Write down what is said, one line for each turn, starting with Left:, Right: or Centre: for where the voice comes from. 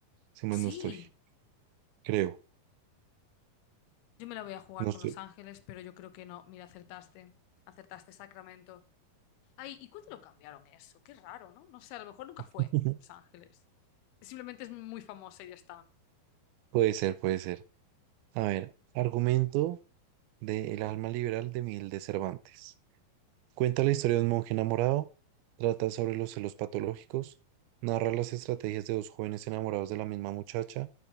Right: Si más
Left: Sí.
Right: no estoy. Creo.
Left: Yo me la voy a jugar
Right: No
Left: con
Right: estoy.
Left: Los Ángeles, pero yo creo que no. Mira, acertaste. Acertaste Sacramento. Ay, ¿y cuándo lo cambiaron eso? Qué raro, ¿no? No sé, a lo mejor nunca
Right: <laughs>
Left: fue Los Ángeles. Simplemente es muy famosa y ya está.
Right: Puede ser, puede ser. A ver, argumento de El alma liberal de Miguel de Cervantes. Cuenta la historia de un monje enamorado, trata sobre los celos patológicos, narra las estrategias de dos jóvenes enamorados de la misma muchacha